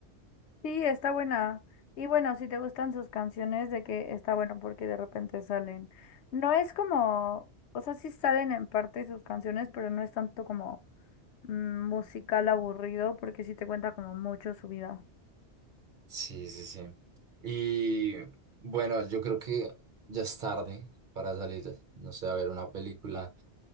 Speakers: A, on the left (about 75°); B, on the right (about 45°).
A: Sí, está buena. Y bueno, si te gustan sus canciones, de que está bueno porque de repente salen. No es como, o sea, sí salen en parte sus canciones, pero no es tanto como mm, musical aburrido porque sí te cuenta como mucho su vida.
B: Sí, sí, sí. Y bueno, yo creo que ya es tarde para salir, no sé, a ver una película,